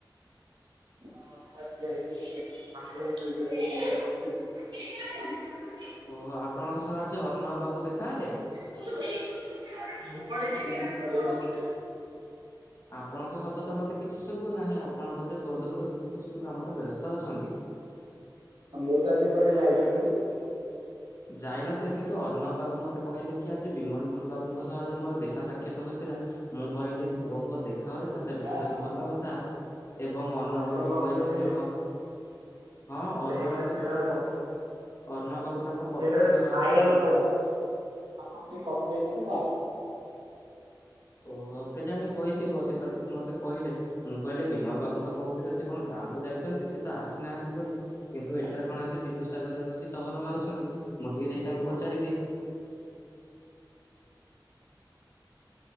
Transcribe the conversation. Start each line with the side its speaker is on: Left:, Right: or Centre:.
Right: <inaudible>
Left: ଓହୋ ଆପଣଙ୍କ ସହ ଆଜି ଅର୍ଣ୍ଣବ ବାବୁ ଦେଖାହେଲେ?
Right: <inaudible>
Left: ଆପଣଙ୍କ ଶବ୍ଦ ତ ମତେ କିଛି ଶୁଭୁନାହିଁ ଆପଣ ବୋଧେ ବୋଧ ହୁଏ କିଛି କାମରେ ବ୍ୟସ୍ତ ଅଛନ୍ତି?
Right: ଆଉ ମୁଁ ତ ଆଜି କୁଆଡେ ଯାଇନଥିଲି।
Left: ଯାଇନଥିଲେ କିନ୍ତୁ ଅର୍ଣ୍ଣବ ବାବୁ ମତେ କହିଲେ କି ଆଜି ବିମଲ ବାବୁଙ୍କ ସହ ଆଜି ମୋର ଦେଖା ସାକ୍ଷାତ ହୋଇଥିଲା। ମୁଁ କହିଲି ଓହୋ ଦେଖାହୋଇଥିଲା ତେବେ ତ
Right: ଆଁ
Left: ବେଶ ଭଲ କଥା। ଏବଂ ଅର୍ଣ୍ଣବ
Right: ଅର୍ଣ୍ଣ
Left: ବାବୁ କହିଲେ
Right: ବୋଧେ
Left: କି ହଁ। ହଁ
Right: ସେଇଟା
Left: ଅର୍ଣ୍ଣବ
Right: ଗୋଟେ
Left: ବାବୁ
Right: ସେଇଟା
Left: ତାଙ୍କ
Right: ଗୋଟେ
Left: ପ ଅର୍ଣ୍ଣବ ବାବୁ ତାଙ୍କ ପତ୍ନୀ
Right: ସେଇଟା ଗୋଟେ
Left: ସହ
Right: ବାୟା
Left: ଆସିଥିଲେ।
Right: ଲୋକଟା। ଆପଣ ଟିକେ କଥା ହେଇଥାନ୍ତେ ମୁଁ ଆସ୍
Left: ଓହୋ କେଜାଣି ହୋଇଥିବ ସେ ତ କିନ୍ତୁ ମତେ କହିଲେ। ମୁଁ କହିଲି ବିମଲ ବାବୁ ତ କହୁଥିଲେ ସେ କଣ ଗାଁକୁ ଯାଇଚନ୍ତି ସେ ତ ଆସିନାହାନ୍ତି ବୋଲି। କିନ୍ତୁ ଏଠାରେ କଣ ଆସି ବିନ୍ଦୁସାଗରରେ ଆସି ଟହଲ ମାରୁଚନ୍ତି ମୁଁ ଟିକେ ଯାଇ ତାଙ୍କୁ ପଚାରି ଦିଏ।